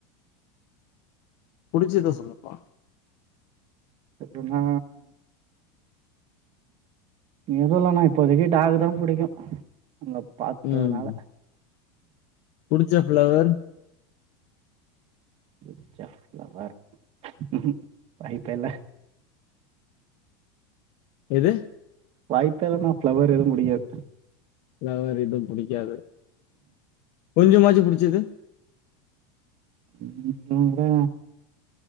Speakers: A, on the left (about 55°); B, on the right (about 40°).
A: பிடிச்சதா சொல்லுப்பா
B: எப்டினா இங்க இல்லனா பெரிய டாக் தா பிடிக்கும் அங்க பார்த்ததுனால
A: ம் புடிச்ச ஃப்ளவர்
B: புடிச்சஃப்ளவர் ம் வாய்ப்பேஇல்ல
A: எது
B: வாய்ப்பே இல்லனா ஃப்ளவர் எதுவும் முடியாது
A: ஃப்ளவர் எதுவும் பிடிக்காது கொஞ்சமாச்சு புடிச்சது
B: ம் நீங்க தா